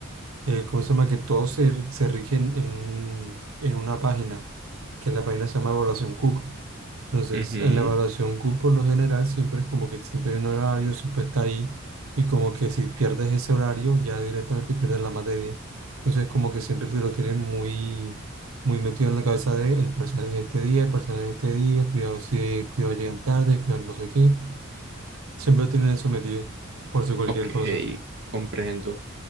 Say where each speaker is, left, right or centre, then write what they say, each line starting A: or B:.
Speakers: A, on the right; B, on the right.
A: eh, ¿cómo se llama? Que todos se, se rigen en un, en una página, que la página se llama Evaluación Cook. Entonces,
B: Ujú,
A: en la evaluación Q por lo general siempre es como que siempre hay un horario, siempre está ahí, y como que si pierdes ese horario, ya directamente pierdes la materia. Entonces, como que siempre te lo tienen muy, muy metido en la cabeza de el parcial es este día, el parcial es este día, cuidado si, cuidado llegan tarde, cuidado no sé qué. Siempre tienen eso metido, por si cualquier
B: Ok,
A: cosa.
B: comprendo.